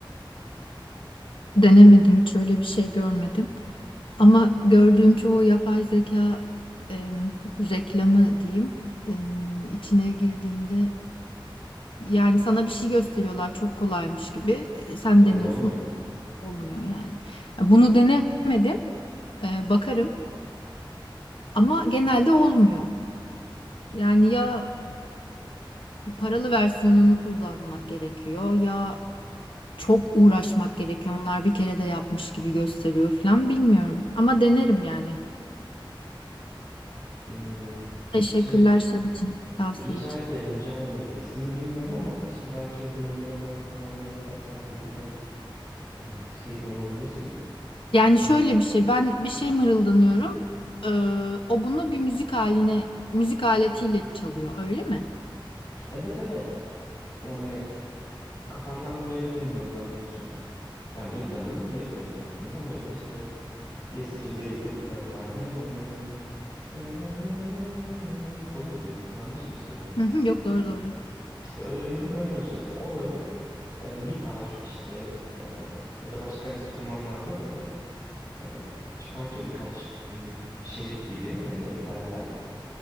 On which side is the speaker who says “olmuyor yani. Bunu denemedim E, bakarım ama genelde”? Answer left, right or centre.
Left